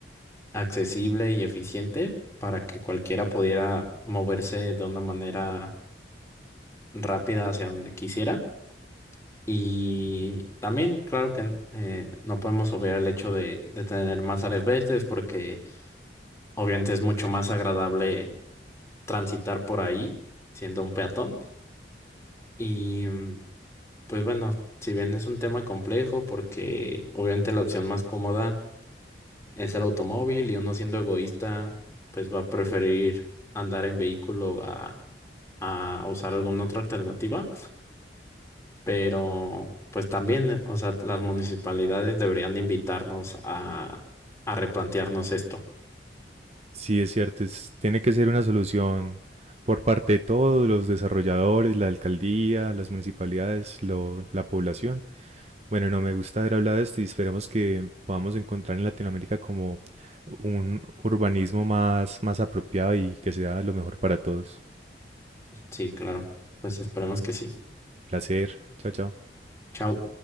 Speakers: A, on the left; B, on the right.
A: accesible y eficiente para que cualquiera pudiera moverse de una manera rápida hacia donde quisiera. Y también, claro que eh, no podemos obviar el hecho de, de tener más áreas verdes porque obviamente es mucho más agradable transitar por ahí siendo un peatón. Y mm, pues bueno, si bien es un tema complejo porque obviamente la opción más cómoda es el automóvil y uno siendo egoísta pues va a preferir andar en vehículo a, a usar alguna otra alternativa. Pero pues también, eh, o sea, las municipalidades deberían invitarnos a, a replantearnos esto.
B: Sí, es cierto, es- tiene que ser una solución por parte de todos los desarrolladores, la alcaldía, las municipalidades, lo- la población. Bueno, no me gusta haber hablado de esto y esperemos que podamos encontrar en Latinoamérica como un urbanismo más, más apropiado y que sea lo mejor para todos.
A: Sí, claro. Pues esperemos que sí.
B: Placer. Chao, chao.
A: Chao.